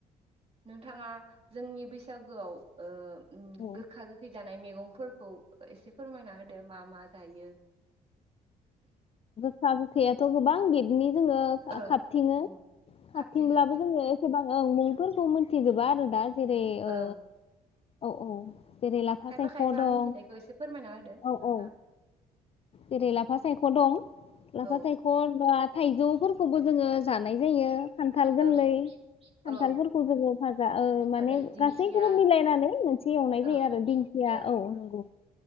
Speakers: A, on the right; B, on the left.
A: नोंथाङा जोंनि बैसागोआव ओ उम
B: औ
A: गोखा गोखै जानाय मैगंफोरखौ एसे फोरमायना होदो मा मा जायो
B: गोखा गोखैयाथ' गोबां बिबनि ओ जोङो
A: ओं
B: खाबथिङो
A: उम
B: खाबथिंब्लाबो
A: खाबथिङो
B: जोङो एसेबां ओं मुंफोरखौ मोनथिजोबा आरो दा जेरै
A: उम
B: ओ
A: ओं
B: औ औ जेरै लाफा
A: खायफा
B: सायख'
A: खायफा
B: दं
A: मिनथिनायखौ एसे फोरमायना होदो नोंथाङा
B: औ औ जेरै लाफा सायख' दं लाफा
A: औ
B: सायख' दा थाइजौफोरखौ खौ जोङो जानाय जायो खान्थाल गोरलै
A: ओ
B: खान्थालफोरखौ
A: औ
B: जोङो भाजा ओ माने
A: आरो दिंखिया
B: गासैखौबो मिलायनानै मोनसे एवनाय जायो
A: ओ
B: आरो दिंखिया
A: ओ
B: औ नंगौ